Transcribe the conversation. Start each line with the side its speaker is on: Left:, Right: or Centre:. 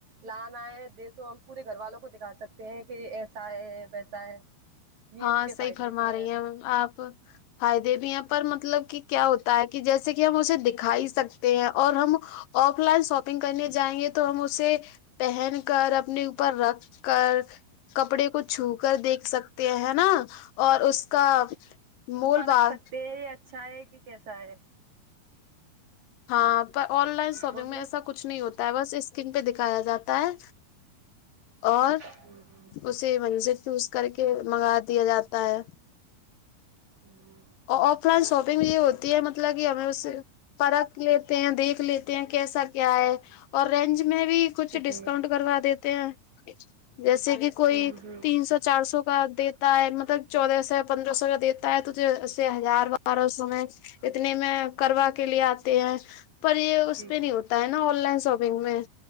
Right: لانا ہے دے تو ہم پورے گھر والوں کو دکھا سکتے ہیں کہ ایسا ہے ویسا ہے یہ
Left: ہاں
Right: اس کے
Left: صحیح
Right: فائدے
Left: فرما
Right: بھی
Left: رہی ہیں آپ فائدے بھی ہیں پر مطلب کہ کیا ہو تا کہ جیسے کہ ہم اسے دکھا ہی سکتے ہیں اور ہم آف لائن شاپنگ کرنے جائیں گے تو ہم اسے پہن کر اپنے اوپر رکھ کر کپڑے کو چھو کر دیکھ سک تے ہے نا اور اس کا مول
Right: پارک
Left: بھاگ
Right: سکتے ہیں یہ اچھا ہے کہ کیسا ہے
Left: ہاں پر آن لائن شاپنگ
Right: بولیے
Left: میں ایسا کچھ نہیں ہوتا ہے بس اسکرین پہ دکھایا جاتا ہے اور
Right: ہوں
Left: اس من سے چوز کر کے منگا دیا جاتا ہے
Right: ہوں
Left: آف لائن شاپنگ یہ ہوتی ہے مطلب کہ ہمیں اس سے پرکھ لیتے ہیں دیکھ لیتے ہیں کیسا کیا ہے اور رینج میں بھی کچھ
Right: ہوں
Left: ڈسکاؤنٹ کروا دیتے ہیں جیسے کہ کوئی
Right: ہوں
Left: تین سو چار سو کا دے تا ہے مطلب چودہ سو پندرہ سو کا دیتا ہے توے ہزار بارہ سو میں اتنے میں کروا کے لیے آتے ہیں پر یہ اس
Right: جی
Left: پہ
Right: جی
Left: نہیں ہوتا ہے نا آن لائن شاپنگ میں